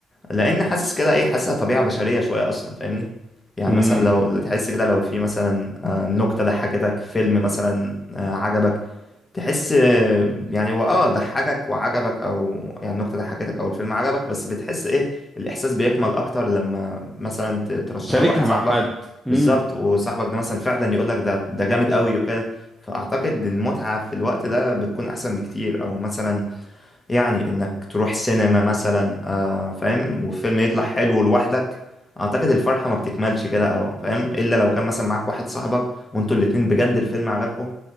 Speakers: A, on the left; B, in the centre.
A: لان حاسس كده ايه حاسسها طبيعه بشريه شويه اصلا فاهمني يعني
B: امم
A: مثلا لو لو تحس كده لو في مثلا آه، نكته ضحكتك فيلم مثلا آه، عجبك تحس آه، يعني هو اه ضحكك وعجبك او يعني النكته ضحكتك او الفيلم عجبك بس بتحس ايه الاحساس بيكمل اكتر لما مثلا ت- ترشحه
B: تشاركها
A: لواحد
B: مع
A: صاحبك
B: حد امم
A: بالظبط وصاحبك ده مثلا فعلا يقول لك ده ده جامد قوي وكده فاعتقد المتعه في الوقت ده بتكون احسن بكتير او مثلا يعني انك تروح سينما مثلا آه فاهم والفيلم يطلع حلو لوحدك اعتقد الفرحة ما بتكملش كده او فاهم الا لو كان مثلا معاك واحد صاحبك وانتوا الاتنين بجد الفيلم عجبكم